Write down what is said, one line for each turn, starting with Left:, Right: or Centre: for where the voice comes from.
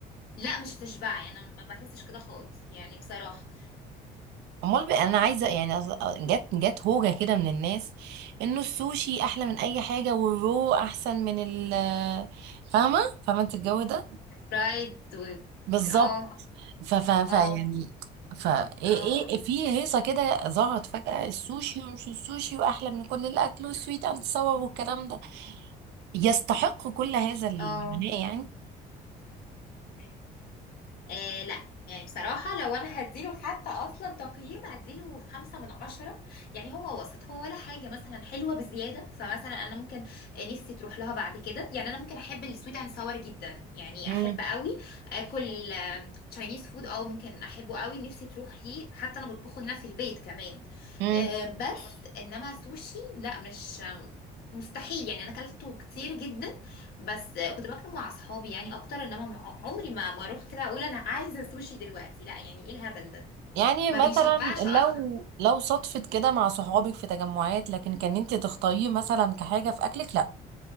Left: لا مش هتشبعي انا ما بحسش كده خالص يعني بصراحة
Right: امال بقى انا عايزه يعني أص- جت جت هوجه كده من الناس انه السوشي احلى من اي حاجه والرو احسن من ال <laughs> فاهمه فاهمه انت الجو ده
Left: فرايد و...
Right: بالظبط
Left: اه
Right: ف ف ف
Left: اه
Right: يعني ف ايه
Left: اه
Right: ايه إيه، في هيصه كده ظهرت فجاه السوشي ومش السوشي واحلى من كل الاكل والسويت اند ساور والكلام ده يستحق كل هذا العناء
Left: اه <laughs>
Right: يعني
Left: آه. آه لا يعني بصراحة لو أنا هديله حتى أصلا تقييم هديله خمسة من عشرة يعني هو وسط هو ولا حاجة مثلا حلوة بزيادة فمثلا أنا ممكن آه، نفسي تروح لها بعد كده يعني أنا ممكن أحب السويت أند ساور جدا يعني
Right: امم
Left: أحب قوي آكل تشاينيز فود اه ممكن احبه قوي ونفسي تروح ليه حتى انا بطبخه هنا في البيت كمان
Right: امم
Left: آه، بس انما سوشي لا مش مستحيل يعني انا اكلته كتير جدا بس آه، كنت باكله مع اصحابي يعني اكتر انما مع- عمري ما ما اروح كده اقول انا عايزه سوشي دلوقتي لا يعني ايه الهبل ده
Right: يعني
Left: ما
Right: مثلا
Left: بيشبعش اصلا
Right: لو لو صدفت كده مع صحابك في تجمعات لكن كان انت تختاريه مثلا كحاجه في اكلك لا